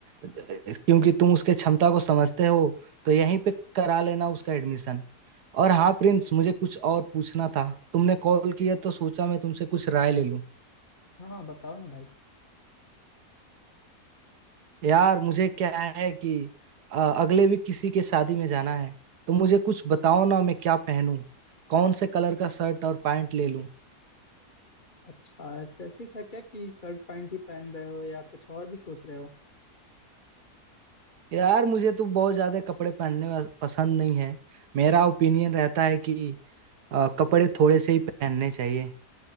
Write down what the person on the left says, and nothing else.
हाँ हाँ बताओ ना भाई
अच्छा स्पेसिफिक है क्या कि शर्ट पैंट ही पहन रहे हो या कुछ और भी सोच रहे हो